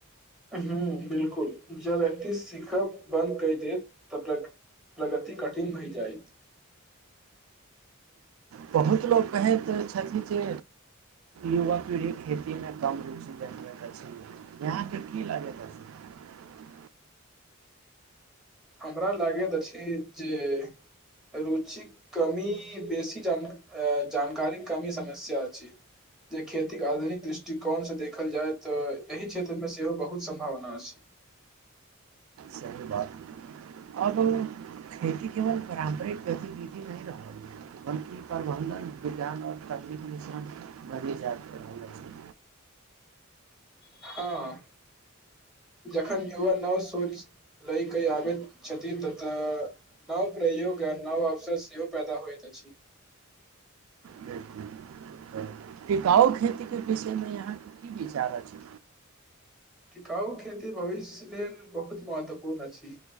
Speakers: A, in the centre; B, on the right.
A: हुं बिलकुल जब व्यक्ति सिखब बन्द कहि देत तऽ प्र प्रगति कठिन भए जायत
B: बहुत लोक कहैत छथिन जे युवा पीढ़ी खेतीमे कम रुचि द जा छै यहाँके की लागैत अछि
A: हमरा लागैत अछि जे रुचिक कमी बेसी जान जानकारीक कमी समस्या अछि जे खेतीक आधुनिक दृष्टिकोणसँ देखल जाय तऽ एहि क्षेत्रमे सेहो बहुत सम्भावना अछि
B: सही बात अब खेती केवल पारम्परिक गतिविधि नहि रहल बल्कि प्रबन्धन विज्ञान आओर तकनीक मिश्रण बढ़ि जा रहल अछि
A: हँ जखन युवा नव सोच लय कऽ आबैत छथिन ततऽ नव प्रयोग आ नव अवसर सेहो पैदा होइत अछि
B: बिल्कुल तऽ टिकाउ खेतीके विषयमे यहाँके की विचार अछि
A: टिकाउ खेती भविष्य लेल बहुत महत्वपूर्ण अछि